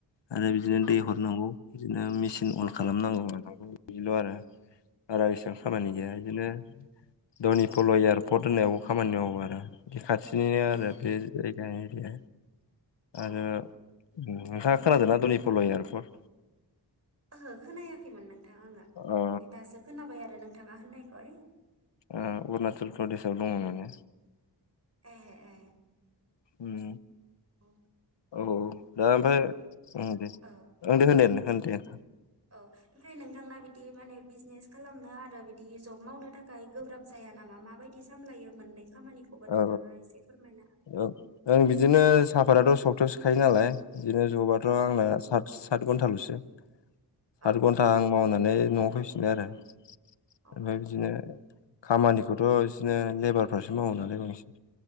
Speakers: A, on the left (about 90°); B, on the right (about 35°).
A: आरो बिदिनो
B: औ
A: दै हरनांगौ बिदिनो मि मेचिन अन
B: औ
A: खालामनांगौ मानांगौ बिदिल' आरो बारा इसेबां खामानि
B: औ
A: गैया बिदिनो धनिपल' एयारपर्ट होननायावबो खामानि मावो आरो बे खाथिनिनो
B: ए
A: आरो बे जायगानि ए
B: औ
A: आरो नोंथाङा खोनादोंना धनिपल' एयारपर्ट?
B: ओहो खोनायाखैमोन नोंथाङा आङो माने
A: ओ
B: दासो खोनाबाय आरो नोंथाङा होननायखाय
A: ओ अरुणचल प्रदेशआव दङ माने
B: ए ए
A: उम
B: औ
A: औ दा ओमफ्राय ओं दे
B: औ
A: ओं दे होनदे होन दे
B: औ ओमफ्राय नोंथांना बिदि माने बिजनेस खालामनो आरो बिदि जब मावनो थाखाय गोब्राब जाया नामा माबायदि सामलायो? मोननै खामानिखौबो नोंथाङा
A: औ
B: एसे फोरमायनो हो
A: औ ओं बिदिनो साफातथ' सब्तायावसो खायो नालाय बिदिनो जबाथ'
B: औ
A: आंना सात सात घन्टाल'सो सात
B: औ
A: घन्टा आं मावनानै न'आव फैफिनो आरो ओमफ्राय
B: औ
A: बिदिनो खामानिखौथ' बिदिनो लेबारफ्रासो मावो नालाय बांसिन